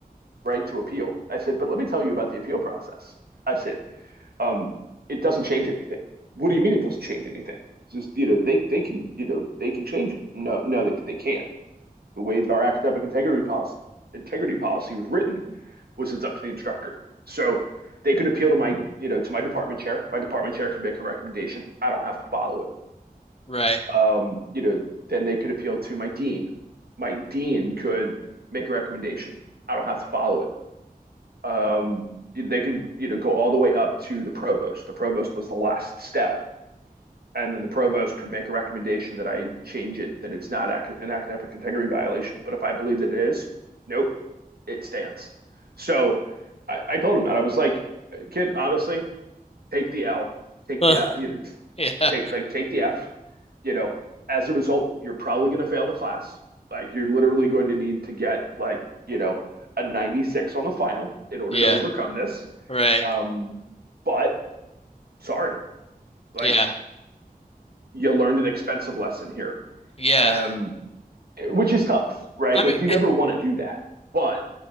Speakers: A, on the right (about 80°); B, on the left (about 40°).
A: right to appeal." I said, "But let me tell you about the appeal process." I said, um, "It doesn't change anything." What do you mean it doesn't change anything? It's just you know they they can you know they can change it. No, no, they they can't. the way that our academic integrity policy integrity policy was written was it's up to the instructor. So they could appeal to my, you know, to my department chair. My department chair could make a recommendation. I don't have to follow
B: Right.
A: it. Um, you know, then they could appeal to my dean. My dean could make a recommendation. I don't have to follow it. Um, they could, you know, go all the way up to the provost. The provost was the last step, and then the provost could make a recommendation that I change it, that it's not an academic integrity violation. But if I believe that it is, nope, it stands. So I, I told him that I was like, kid, honestly, take the L, take
B: <laughs>
A: the L, you know,
B: Yeah.
A: take like take the F. You know, as a result, you're probably going to fail the class. Like you're literally going to need to get like you know a 96 on the final in order
B: Yeah.
A: to overcome this.
B: Right.
A: Um, but sorry, like
B: Yeah.
A: you learned an expensive lesson here,
B: Yeah.
A: um, which is tough, right?
B: I
A: Like
B: mean,
A: you never want to do that, but